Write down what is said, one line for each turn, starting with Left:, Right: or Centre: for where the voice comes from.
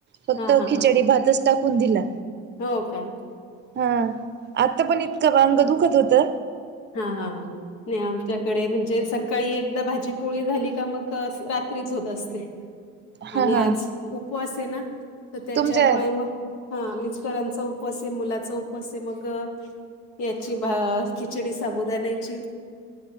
Right: फक्त
Left: हा हा
Right: खिचडी
Left: हा
Right: भातच टाकून दिला.
Left: हो का.
Right: हा. आता पण इतकं अ अंग दुखत होत.
Left: हा हा हा, नाही आमच्याकडे म्हण जे सकाळी एकदा भाजी पोळी झाली का मग रात्रीच होत असते.
Right: हा
Left: आणि आज
Right: हा.
Left: उपवास आहे ना, तर त्याच्यामुळे
Right: तुमच्या
Left: मग हा मिस्टरांचा उपवास आहे. मुलाचा उपवास आहे. मग याची भा खिचडी साबुदाण्याची.